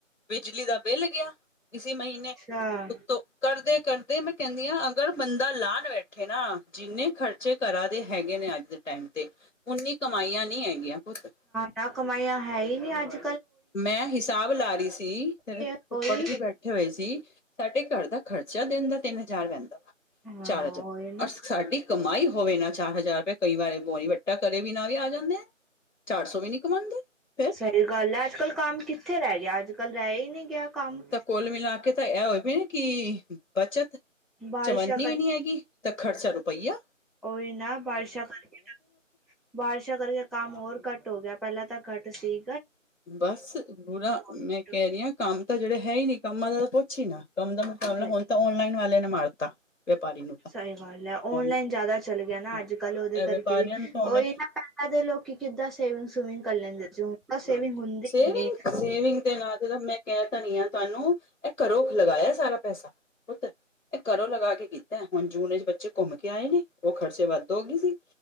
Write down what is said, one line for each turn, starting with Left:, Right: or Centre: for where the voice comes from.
Left: ਬਿਜਲੀ ਦਾ ਬਿੱਲ ਗਿਆ ਇਸੇ ਮਹੀਨੇ
Centre: ਅੱਛਾ,
Left: ਉੱਤੋਂ ਕਰਦੇ ਕਰਦੇ ਮੈਂ ਕਹਿਣੀ ਅਗਰ ਬੰਦਾ ਪਲਾਨ ਵੇਖੇ ਨਾ ਜਿੰਨੇ ਖਰਚੇ ਘਰਾ ਦੇ ਹੈਗੇ ਨੇ ਅੱਜ ਟਾਈਮ ਤੇ ਉਨੀ ਕਮਾਈਆਂ ਨੀ ਹੈਗੀਆਂ ਪੁੱਤ।
Centre: ਹੈ ਕਮਾਈਆਂ ਹੈ ਹੀ ਨਹੀਂ ਅੱਜ।
Left: ਮੈਂ ਹਿਸਾਬ ਲਾ ਰਹੀ ਸੀ,
Centre: ਪੈਸੇ
Left: ਤੇ ਫੁਫੜ
Centre: ਉਹੀ
Left: ਜੀ ਬੈਠੇ ਹੋਏ ਸੀ, ਸਾਡੇ ਘਰ ਦਾ ਖਰਚਾ ਦਿਨ ਦਾ ਤਿੰਨ ਹਜ਼ਾਰ ਪੈਂਦਾ।
Centre: ਹਾਂ
Left: ਚਾਰ ਹਜਾਰ,
Centre: ਉਹੀ ਨਾ।
Left: ਅ ਸਾਡੀ। ਕਮਾਈ ਹੋਵੇ ਨਾ ਚਾਰ ਹਜ਼ਾਰ ਰੁਪਏ, ਕਈ ਵਾਰੀ ਬੋਨੀ ਵੱਟਾ ਕਰੇ ਬਿਨਾ ਵੀ ਆ ਜਾਂਦੇ। ਚਾਰ ਸੌ ਵੀ ਨੀ ਕਮਾਂਦੇ ਫਿਰ
Centre: ਇਹ ਗੱਲ ਹੈ ਅੱਜ-ਕੱਲ ਕੰਮ ਕਿੱਥੇ ਰਹਿ ਗਿਆ ਅੱਜ-ਕੱਲ੍ਹ ਰਹਿ ਹੀ ਨੀ ਗਿਆ। ਕੰਮ।
Left: ਤਾਂ ਕੁਲ ਮਿਲਾ ਕੇ ਤਾਂ ਏ ਹੋਇ ਪਏ ਕਿ ਬੱਚਤ
Centre: ਬਾਰਿਸ਼ਾਂ
Left: ਚਵਨੀ ਵੀ ਨੀ ਹੈਗੀ ਤਾਂ ਖਰਚਾ ਰੁਪਿਆ।
Centre: ੳਈ ਨਾ ਬਾਰਿਸਾ਼ ਕਰਕੇ ਤਾਂ ਬਾਰਿਸ਼ਾਂ ਕਰਕੇ ਕੰਮ ਹੋਰ ਘੱਟ ਹੋ ਗਿਆ ਪਹਿਲਾਂ ਤਾਂ ਘੱਟ ਸੀ।
Left: ਬਸ ਬੁਰਾ ਮੈਂ
Centre: ਘੱਟ
Left: ਕਹਿ
Centre: ਹੋ
Left: ਰਹੀ ਹ ਕੰਮ ਤਾਂ ਜਿਹੜੇ ਹੈ ਹੀ ਨੀ ਕੰਮਾਂ ਦਾ ਤਾਂ ਪੁੱਛ ਹੀ ਨਾ ਕੰਮ ਦਾ ਮੁਕਾਬਲਾ
Centre: ਗਿਆ।
Left: ਹੁਣ ਤਾਂ ਔਨਲਾਈਨ ਵਾਲਿਆਂ ਨੇ ਮਾਰਤਾ। ਵਿਪਾਰੀ ਨੂੰ ਤਾਂ
Centre: ਸਹੀ ਗੱਲ ਏ, ਔਨਲਾਈਨ
Left: ਔਨ
Centre: ਜ਼ਿਆਦਾ ਚੱਲ ਗਿਆ ਨਾ
Left: ਹਾਂ
Centre: ਅੱਜ-ਕੱਲ੍ਹ ਉਹਦੇ
Left: ਇਹ
Centre: ਕਰਕੇ
Left: ਵਪਾਰੀਆਂ
Centre: ਵੀ।
Left: ਨੂੰ ਤਾਂ ਔਨਲਾਈਨ
Centre: ਉਹੀ ਨਾ ਪਹਿਲਾਂ ਦੇ ਲੋਕੀ ਕਿੱਦਾਂ ਸੇਵਿੰਗ-ਸੁਮਿੰਗ ਕਰ ਲੈਂਦੇ ਸੀ। ਤਾਂ ਸੇਵਿੰਗ
Left: ਹਾਂਜੀ,
Centre: ਹੁੰਦੀ
Left: ਸੇਵਿੰਗ।
Centre: ਹੀ ਨੀ
Left: ਸੇਵਿੰਗ ਦੇ ਨਾ ਤੇ ਮੈਂ ਕਹਿ ਤਾਂ ਰਹੀ ਆ ਤੁਹਾਨੂੰ ਇਹ ਘਰੋ ਲਗਾਇਆ ਸਾਰਾ ਪੈਸਾ ਪੁੱਤ ਏ ਘਰੋਂ ਲਗਾ ਕੇ ਕੀਤਾ, ਹੁਣ ਜੂਨ ਚ ਬੱਚੇ ਘੁੰਮ ਕੇ ਆਏ ਨੇ ਉਹ ਖ਼ਰਚੇ ਵੱਧ ਹੋ ਗਈ ਸੀ।